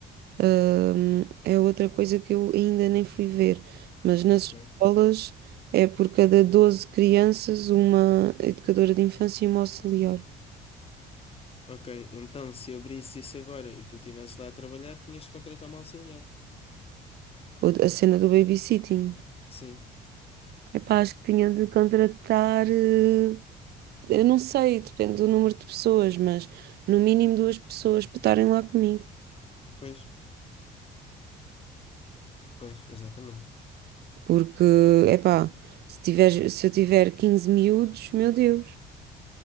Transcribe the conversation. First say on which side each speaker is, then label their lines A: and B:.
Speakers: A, on the right (about 70°); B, on the left (about 35°).
A: Ahm, é outra coisa que eu ainda nem fui ver, mas nas
B: Ok,
A: escolas é por cada 12 crianças uma educadora de infância e uma auxiliar.
B: ok. Então, se abrisse isso agora e tu estivesse lá a trabalhar, tinhas que contratar uma auxiliar.
A: Ou a cena do babysitting.
B: Sim,
A: Epá, acho que tinha de contratar, eh, eu não sei, depende do número de pessoas, mas no mínimo duas pessoas para estarem lá comigo.
B: pois, pois, exatamente.
A: Porque, epá, se tiver, se eu tiver 15 miúdos, meu Deus,